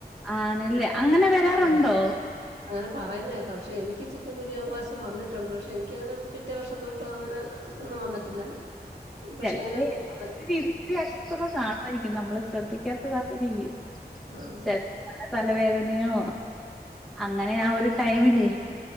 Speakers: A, in the centre; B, on the right.
A: ആണല്ലേ അങ്ങനെ വരാറുണ്ടോ
B: ഉം അങ്ങനെ പറയുന്നേക്കാം പക്ഷെ എനിക്ക് കുനിയ ഒരു പ്രാവശ്യം വന്നിട്ടുണ്ട് പക്ഷേ എനിക്കങ്ങെ പിറ്റ വർഷം തൊട്ട് അങ്ങനെ ഒന്നും വന്നിട്ടില്ല പക്ഷെ
A: ചിലപ്പോ
B: ഇങ്ങനെ
A: എ
B: പറ
A: രീതിരി അസ്സ്ഥത കാണുമായിരിക്കും നമ്മള് ശ്രദ്ധിക്കാത്തതായിരിക്കും
B: ആഹ്
A: <unintelligible> തല വേദനയോ അങ്ങനെ ആ ഒരു ടൈമില്ലേ